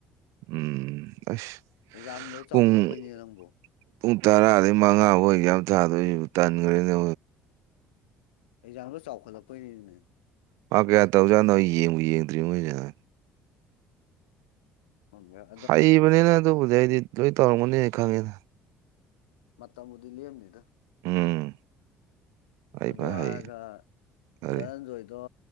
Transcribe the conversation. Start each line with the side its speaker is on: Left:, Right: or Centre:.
Right: ꯎꯝ ꯑꯁ
Left: ꯑꯦ ꯌꯥꯝꯅ ꯆꯥꯎꯈꯠꯂꯛꯄꯣꯏꯅꯦ
Right: ꯄꯨꯡ
Left: ꯅꯪꯕꯨ
Right: ꯄꯨꯡ ꯇꯔꯥꯗꯒꯤ ꯃꯉꯥꯕꯨ ꯑꯦꯛꯌꯥꯝ ꯊꯥꯗꯣꯢꯁꯤꯕꯨ ꯇꯟꯈ꯭ꯔꯦꯅꯦ
Left: ꯑꯩꯖꯥꯡꯇ ꯆꯥꯎꯈꯠꯂꯛꯄꯩꯅꯤꯅꯦ
Right: ꯄꯥꯛ ꯀꯌꯥ ꯇꯧꯖꯥꯠꯅꯣ ꯌꯦꯡꯕ ꯌꯦꯡꯗ꯭ꯔꯤ ꯃꯣꯏꯁꯤꯅ
Left: <unintelligible>
Right: ꯍꯩꯕꯅꯤꯅ ꯑꯗꯨꯕꯨꯗꯤ ꯑꯩꯗꯤ ꯂꯣꯏ ꯇꯧꯔꯝꯒꯅꯤꯅ ꯈꯪꯉꯦꯅ
Left: ꯃꯇꯝꯕꯨꯗꯤ ꯂꯦꯝꯅꯤꯗ
Right: ꯎꯝ ꯑꯩ
Left: ꯑꯗꯨ
Right: ꯐ
Left: ꯍꯥꯏꯔꯒ
Right: ꯍꯩ ꯐꯔꯦ
Left: ꯗꯅꯟꯖꯣꯏꯗꯣ